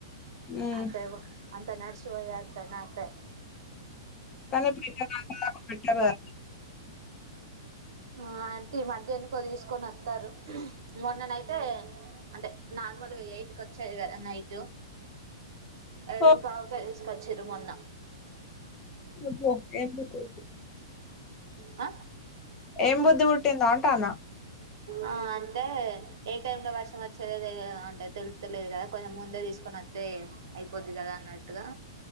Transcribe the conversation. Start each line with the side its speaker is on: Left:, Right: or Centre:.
Left: ఉమ్
Right: అంతేవో అంత నడిషివొయే అంత నాకప్
Left: కాని పెట్టారు గదా
Right: ఆ అంటే ఈ మధ్య ఎందుకో తీసుకొని వత్తరు మొన్ననైతే అంటే నార్మల్ గ ఎయిట్ కి వచ్చేది గదా నైటు ఎడున్
Left: ఓ
Right: పావక తీసుకొచ్చిరు మొన్న
Left: <unintelligible> ఎందుకు
Right: ఆ
Left: ఏం బుద్ధి పుట్టిందా అంటానా
Right: ఆ అంటే ఏ టైమ్ లో వర్షం వచ్చేదే తెలియదు అంటది తెలుస్తలేదు కదా కొంచెం ముందే తీసుకోని వ తే అయిపోద్ది కదా అన్నట్టుగా